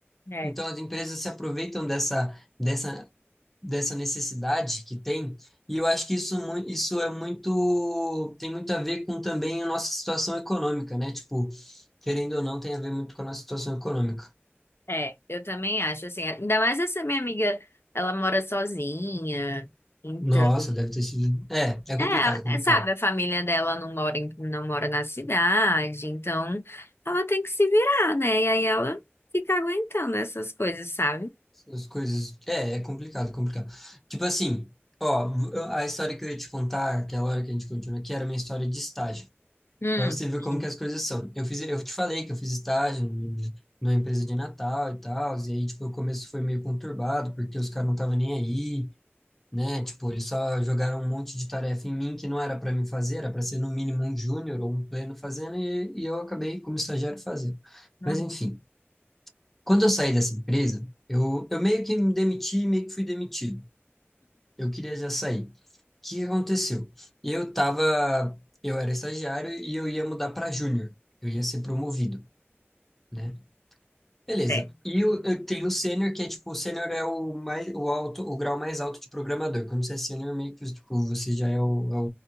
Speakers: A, on the left (about 65°); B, in the centre.
A: É.
B: Então as empresas se aproveitam dessa, dessa, dessa necessidade que tem. E eu acho que isso, mu- isso é muito. Tem muito a ver com também a nossa situação econômica, né? Tipo, querendo ou não, tem a ver muito com a nossa situação econômica.
A: É, eu também acho, assim, ainda mais essa minha amiga, ela mora sozinha, então,
B: Nossa, deve ter sido. É, é
A: é,
B: complicado, é complicado.
A: é, sabe, a família dela não mora, em- não mora na cidade, então ela tem que se virar, né? E aí ela fica aguentando essas coisas, sabe?
B: As coisas. É, é complicado, é complicado. Tipo assim, ó, eu- a história que eu ia te contar, que é a hora que a gente continua aqui, era minha história de estágio.
A: Hum,
B: Pra você ver como
A: sim.
B: que as coisas são. Eu fiz, eu te falei que eu fiz estágio em- numa empresa de Natal e tal, e aí, tipo, o começo foi meio conturbado, porque os caras não estavam nem aí, né? Tipo, eles só jogaram um monte de tarefa em mim que não era pra mim fazer, era pra ser no mínimo um júnior ou um pleno fazendo, e, e eu acabei como estagiário fazendo.
A: Uhum.
B: Mas enfim. Quando eu saí dessa empresa, eu, eu meio que me demiti, meio que fui demitido. Eu queria já sair. O que que aconteceu? Eu tava, eu era estagiário e eu ia mudar para júnior. Eu ia ser promovido, né? Beleza.
A: É.
B: E eu, eu tenho o sênior, que é tipo, o sênior é o mais, o alto, o grau mais alto de programador. Quando você é sênior, meio que tipo, você já é o,